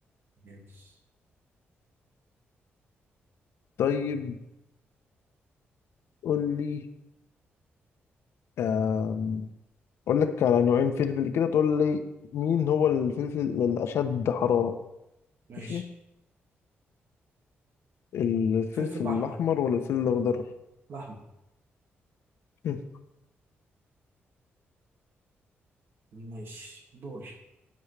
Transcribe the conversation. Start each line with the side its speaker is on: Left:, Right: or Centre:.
Right: ماشي
Left: طيب قول لي آم، أقول لك على نوعين فلفل كده تقول لي مين هو الفلفل الأشد حرارة
Right: ماشي
Left: ماشي الفلفل
Right: فلفل
Left: الأحمر
Right: احمر
Left: ولا الفلفل الأخضر
Right: الاحمر
Left: <laughs>
Right: ماشي دور